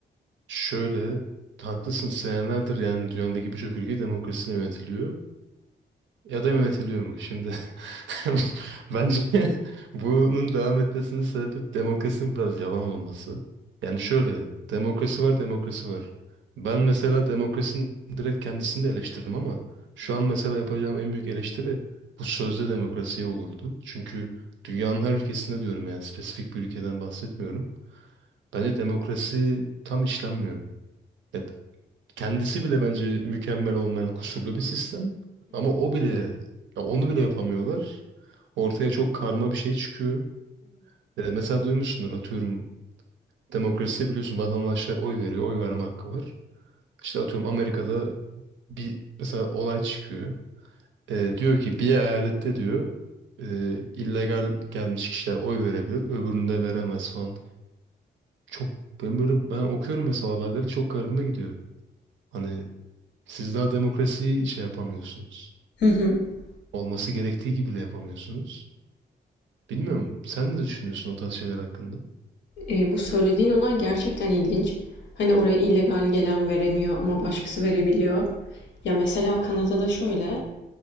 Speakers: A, on the right; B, on the left.
A: Şöyle haklısın senelerdir yani dünyadaki birçok ülke demokrasiyle yönetiliyor. Ya da yönetiliyor mu? şimdi. <laughs> Bence bunun devam etmesinin sebebi demokrasinin biraz yalan olması. Yani şöyle, demokrasi var, demokrasi var. Ben mesela demokrasinin direkt kendisini de eleştiririm ama şu an mesela yapacağım en büyük eleştiri bu sözde demokrasiye olurdu. Çünkü dünyanın her ülkesinde diyorum yani spesifik bir ülkeden bahsetmiyorum. Bence demokrasi tam işlenmiyor. Evet. Kendisi bile bence mükemmel olmayan kusurlu bir sistem. Ama o bile, ya onu bile yapamıyorlar. Ortaya çok karma bir şey çıkıyor. Ee, mesela duymuşsundur atıyorum demokraside biliyorsun vatandaşlar oy veriyor, oy verme hakkı var. İşte atıyorum Amerika'da bir mesela olay çıkıyor. Ee, diyor ki bir eyalette diyor e, illegal gelmiş kişiler oy verebilir, öbüründe veremez falan. Çok ben böyle ben okuyorum mesela haberleri çok garibime gidiyor. Hani siz daha demokrasiyi şey yapamıyorsunuz.
B: <laughs>
A: olması gerektiği gibi bile yapamıyorsunuz. Bilmiyorum. Sen ne düşünüyorsun o tarz şeyler hakkında?
B: Eee, bu söylediğin olay gerçekten ilginç. Hani oraya illegal gelen veremiyor ama başkası verebiliyor. Ya mesela Kanada'da şöyle,